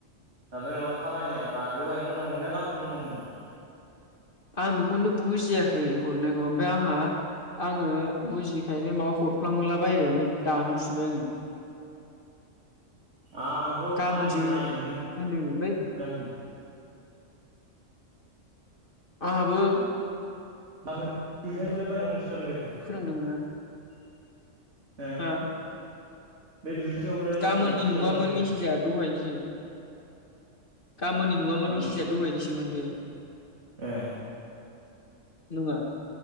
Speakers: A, on the right (about 60°); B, on the left (about 40°).
A: ओमफ्राय नङा खामानिया मा दहाय मावनांगौमोन ना गामोन मावनांगौमोन।
B: आं बेखौनो बुजियाखै हरनायखौ ओमफ्राय आंहा आङो बुजिखायनो माबा हरफ्लांला बायो ओमफाय दानहर फिनबाय आङो।
A: आ आंथ'
B: गाबोनसो
A: आं नायनो मोन
B: होनदोंनो ओमफ्राय आहाबो।
A: <unintelligible>
B: फोरोंदोंमोन आं <unintelligible>
A: हो बे दुइथासोआवलाय
B: गाबोननि
A: मारै सोलाबनांगौ
B: नङामोन
A: जाखो
B: मेसेजआ दहायनिसो। गाबोननि नङामोन
A: ओम
B: मिसेजआ दहायनिसोमोन बे।
A: ए।
B: नङा।